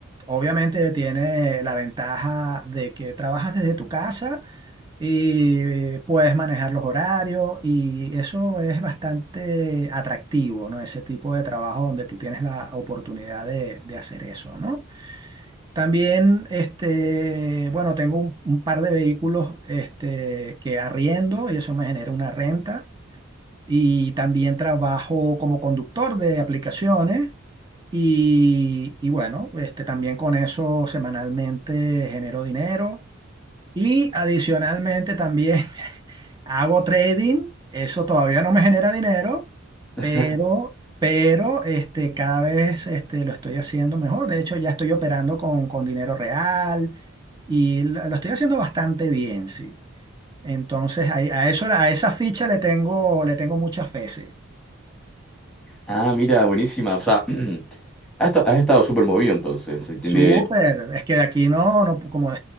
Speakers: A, on the right; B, in the centre.
A: obviamente tiene la ventaja de que trabajas desde tu casa y puedes manejar los horarios y eso es bastante atractivo, ¿no? Ese tipo de trabajo donde tú tienes la oportunidad de, de hacer eso, ¿no? También, este, bueno, tengo un, un par de vehículos, este, que arriendo y eso me genera una renta y también trabajo como conductor de aplicaciones. Y, y bueno, este, también con eso semanalmente genero dinero. Y adicionalmente también <laughs> Hago trading, eso todavía no me genera dinero,
B: <laughs>
A: pero, pero este, cada vez este, lo estoy haciendo mejor. De hecho, ya estoy operando con, con dinero real y lo, lo estoy haciendo bastante bien, sí. Entonces, ahí- a, eso, a esa ficha le tengo, le tengo mucha fe, sí.
B: Ah, mira, buenísima. O sea, <clears throat> has, esta- has estado súper movido entonces. si tiene...
A: Súper, es que aquí no, no, como